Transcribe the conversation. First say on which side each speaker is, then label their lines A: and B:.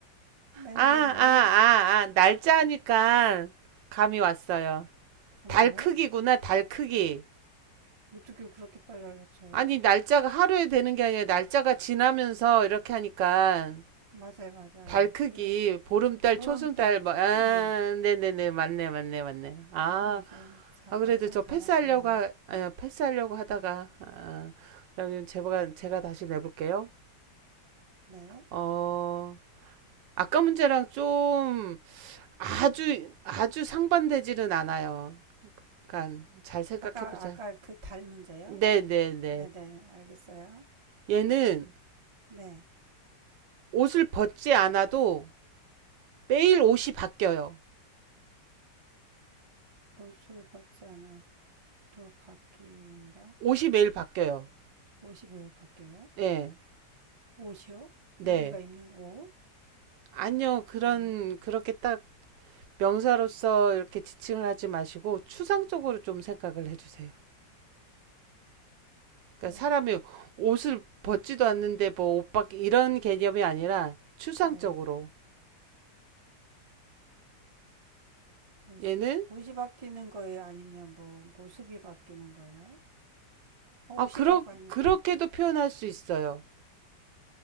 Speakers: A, on the right (about 40°); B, on the right (about 85°).
A: 뭐
B: 아,
A: 예를
B: 아,
A: 들면 오늘부터,
B: 아, 아. 날짜 하니까 감이 왔어요.
A: 정말요?
B: 달 크기구나, 달 크기.
A: 어떻게 그렇게 빨리 알았어요?
B: 아니, 날짜가 하루에 되는 게 아니라 날짜가 지나면서 이렇게 하니까
A: 맞아요, 맞아요.
B: 달 크기,
A: 우리 왜
B: 보름달,
A: 보름달,
B: 초승달, 뭐, 아,
A: 응.
B: 네네네, 맞네, 맞네, 맞네. 아,
A: 오, 이건 자,
B: 아, 그래도
A: 연상
B: 저
A: 잘하시네요.
B: 패스하려고, 하- 아, 패스하려고 하다가, 아, 그러면 제가, 제가 다시 내볼게요.
A: 네.
B: 어, 아까 문제랑 좀 아주, 아주 상반되지는 않아요. 그러니까 잘 생각해
A: 아까,
B: 보세요.
A: 아까 그 달 문제요?
B: 네네네.
A: 네네, 알겠어요.
B: 얘는
A: 네.
B: 옷을 벗지 않아도 매일 옷이 바뀌어요.
A: 못을 벗지 않아도 바뀐다?
B: 옷이 매일 바뀌어요.
A: 옷이 매일 바뀌어요?
B: 네,
A: 옷이요?
B: 네.
A: 우리가 입는 옷?
B: 아니요. 그런
A: 음,
B: 그렇게 딱 명사로서 이렇게 지칭을 하지 마시고 추상적으로 좀 생각을 해 주세요. 그러니까
A: 뿔,
B: 사람이 옷을 벗지도 않는데 뭐 옷밖에 이런 개념이 아니라 추상적으로
A: 네. 옷이?
B: 얘는
A: 옷이 바뀌는 거예요? 아니면 뭐, 모습이 바뀌는 거예요? 아, 옷이라고
B: 아 그러
A: 하니까.
B: 그렇게도 표현할 수 있어요.